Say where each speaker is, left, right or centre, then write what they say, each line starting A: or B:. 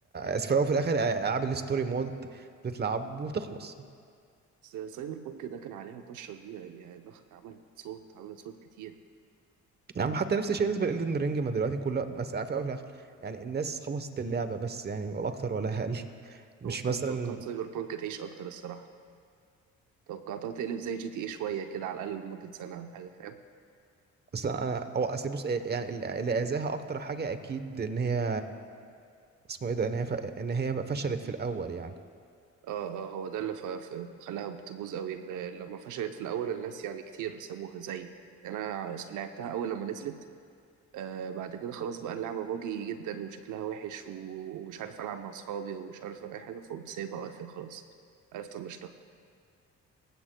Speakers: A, on the right; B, on the right.
A: اسف في الاول وفي الاخر آه، العاب الستوري مود بتلعب وتخلص
B: بس سايبر بانك ده كان عليها طشة كبيرة يعني ضخ- عملت صوت عملت صوت كتير
A: يعني حتى نفس الشيء بالنسبه لإلدن رينج ما دلوقتي كلها بس في الاول في الاخر يعني الناس خلصت اللعبه بس يعني ولا اكتر ولا اقل <laughs> مش
B: توقعت
A: مثلا
B: توقعت سايبر بانك تعيش أكتر الصراحة توقعتها تقلب زي جي تي ايه شوية كده على الأقل لمدة سنة أو حاجة فاهم
A: اصل انا او أصل بص آه، يعني اللي اللي اذاها اكتر حاجه اكيد ان هي اسمه ايه ده ان هي ف... ان هي بقى فشلت في الاول يعني
B: اه اه هو ده اللي ف- ف- خلاها بتبوظ قوي ال- لما فشلت في الأول الناس يعني كتير سابوها زي يعني أنا لعبتها أول لما نزلت آه بعد كده خلاص بقى اللعبة باجي جدا وشكلها وحش و- ومش عارف ألعب مع أصحابي ومش عارف أي حاجة فقمت سايبها واقفة خلاص عرفت طنشتها